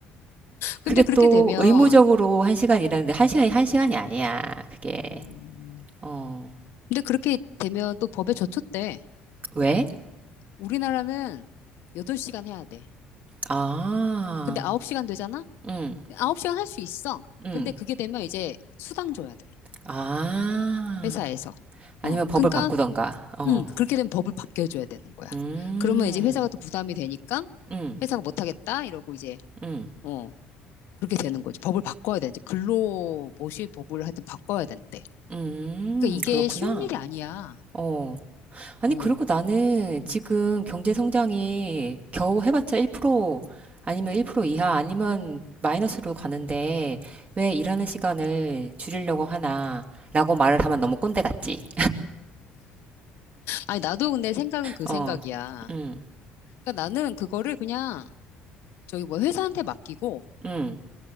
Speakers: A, on the left; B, on the right.
A: 근데
B: 그게
A: 그렇게
B: 또
A: 되면,
B: 의무적으로 1시간 일하는데 1시간이 1시간이 아니야. 그게.
A: 음,
B: 어,
A: 근데 그렇게 되면 또 법에 저촉돼.
B: 왜?
A: 우리나라는 8시간 해야 돼.
B: 아,
A: 근데 9시간 되잖아?
B: 응,
A: 9시간 할 수 있어.
B: 응.
A: 근데 그게 되면 이제 수당 줘야 돼.
B: 아.
A: 회사에서.
B: 아니면
A: 어.
B: 법을
A: 그러니까,
B: 바꾸던가. 어.
A: 음, 그렇게 되면 법을 바뀌어줘야 되는 거야.
B: 음.
A: 그러면 이제 회사가 또 부담이 되니까
B: 음.
A: 회사가 못하겠다 이러고 이제,
B: 음.
A: 어. 그렇게 되는 거지. 법을 바꿔야 되는데 근로 모시 법을 하여튼 바꿔야 되는데.
B: 음.
A: 그러니까 이게
B: 그렇구나.
A: 쉬운 일이 아니야.
B: 어. 아니
A: 어.
B: 그리고 나는 지금 경제 성장이 겨우 해봤자 1% 아니면 1% 이하 아니면 마이너스로 가는데 왜 일하는 시간을 줄이려고 하나라고 말을 하면 너무 꼰대 같지.
A: 아니 나도 근데 생각은 그
B: <laughs>
A: 생각이야.
B: 어. 음.
A: 그러니까 나는 그거를 그냥 저기 뭐 회사한테 맡기고
B: 음.